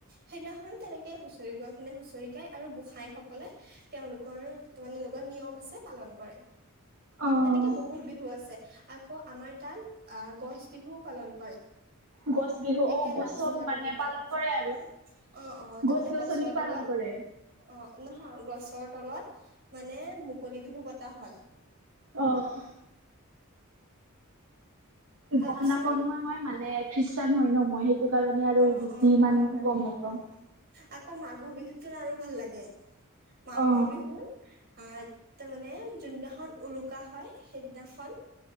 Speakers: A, on the right; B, on the right.
A: সেইদিনাখনো তেনেকে হুঁচৰি গোৱা খিনিয়ে হুঁচৰি গায় আৰু গোস <unintelligible> ভাই সকলে তেওঁলোকৰ <unintelligible> এনেকুৱা নিয়ম আছে পালন কৰে।
B: অ'।
A: তেনেকে বহুত বিহু আছে আকৌ আমাৰ তাত আহ গছ বিহুও পালন কৰে।
B: গছ বিহু
A: একে
B: অ গছব
A: লাষ্টৰ
B: মানে
A: দিনাখন
B: পালন কৰে আৰু।
A: অ', অ', তাৰমানে
B: গছ গছনিক
A: গছৰ তলত
B: পালন কৰে।
A: অ', নহয় গছৰ তলত। মানে মুকলি বিহু পতা হয়।
B: অ'।
A: তাৰপিছত
B: গম নাপাওঁ নহয় মই মানে খ্ৰীষ্টান হয় ন' মই সেই টোৰ কাৰণে আৰু
A: অ
B: বেছি
A: অ
B: ইমান
A: হয় বাৰু
B: গম নাপাওঁ।
A: আকৌ মাঘৰ বিহুতটো আৰু ভাল লাগে মাঘৰ
B: অ
A: বিহুত আ তাৰ মানে যোনদিনাখন উৰুকা হয়, সেইদিনাখন